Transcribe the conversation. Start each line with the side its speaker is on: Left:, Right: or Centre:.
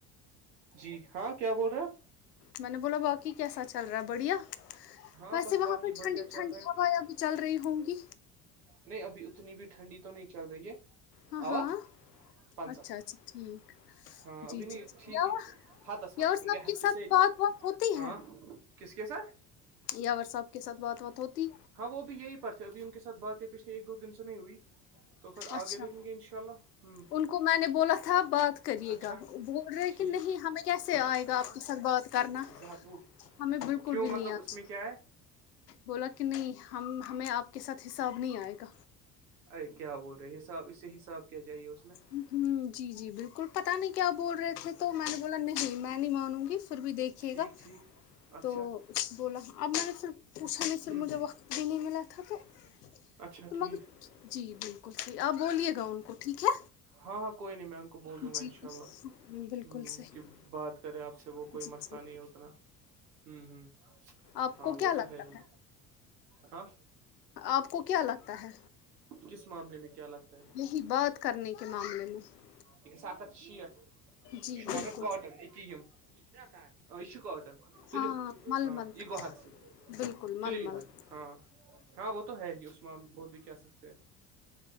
Right: جی ہاں کیا بول رہے ہیں
Left: میں نے بولا باقی کیسا چل رہا ہے بڑھیا
Right: ہاں
Left: ویسے
Right: بس باقی
Left: وہاں پہ
Right: بڑھیا
Left: ٹھنڈی
Right: چل
Left: ٹھنڈی
Right: رہا ہے
Left: ہوائں بھی چل رہی ہوں گی
Right: نہیں ابھی اتنی بھی ٹھنڈی تو نہیں چل رہی ہے
Left: ہاں
Right: آوا
Left: ہاں
Right: پانسا
Left: اچھا اچھا ٹھیک
Right: ہاں
Left: جی
Right: ابھی نہیں
Left: جیا
Right: ٹھیک ہے ہاتس ہاتس گئے
Left: سب
Right: ہات
Left: کے ساتھ
Right: سیری
Left: بات وات ہوتی
Right: ہاں
Left: ہے
Right: کس کےس ساتر
Left: یا ور صاحب کے ساتھ بات بات ہوتی
Right: ہاں وہ بھی یہی پر تھے ابھی ان کے سات بات یہ پچھل ایک دو دن سے نہیں ہوئی تو پھر
Left: اچھا
Right: آگے دیکھیں گے ان شاء اللہ ہ
Left: ان کو میں نے بولا تھا بات کریے
Right: اچھا
Left: گا بول رہے
Right: ٹھیک
Left: کہ نہیں ہمیں کیسے آئے
Right: اچھا
Left: گا آپ کے ساتھ بات کرنا
Right: زہت وہ
Left: ہمیں بالکل
Right: کیوں
Left: بھی
Right: مطلب
Left: نہیں آج
Right: اس میں کیا ہے
Left: بولا کہ نہیں ہم ہمیں آپ کے ساتھ حساب نہیں آئے گا
Right: ارے کیا بول رہے حساب اس سے حساب کیا چاہیے اس میں
Left: ہ جی جی بالکل پتہ نہیں کیا بول رہے تھ ھر تو
Right: اچھا
Left: میں نے بولا نہیں میں نہیں مانوں گی پھر بھی دیکھیے
Right: ٹھیک
Left: گا
Right: ٹھیک اچھا
Left: تو بولا اب میں نے پھر پوچھا نہیں پھر
Right: ہ
Left: مجھے وقت بھی نہیں ملا تھا تو
Right: اچھا
Left: تو مگر
Right: ٹھیک
Left: جی بال جی آپ بولیے گا ان کو ٹھیک ہے
Right: ہاں ہاں کوئی نہیں میں ان کو بول دوں گا
Left: جی
Right: ان شاء اللہ ہ
Left: بالکل صحیح
Right: کہ بات کرے آپ سے وہ کوئی
Left: جی
Right: مسئلہ
Left: جی
Right: نہیں ہے اتنا ہوں ہ
Left: آپ
Right: ہاں
Left: کو
Right: وہ
Left: کیا لگتا
Right: تو ہے ہی ہاں
Left: آپ کو کیا لگتا ہے
Right: کس معاملے میں کیا لگ
Left: یہی بات کرنے کے معاملے میں
Right: یہس ا ہت شیٹ
Left: جی
Right: جو مگر
Left: بالکل
Right: کاٹن ا یہ کاٹن
Left: ہاں
Right: لیو
Left: مل
Right: ہاں
Left: مل
Right: یہ
Left: کا
Right: گوحات سے
Left: بالکل
Right: تلیو
Left: مل
Right: یہ
Left: مل
Right: ہو
Left: کا۔
Right: ہاں ہاں وہ تو ہے ہی عثمان بود بھی کیا سکتے ہیں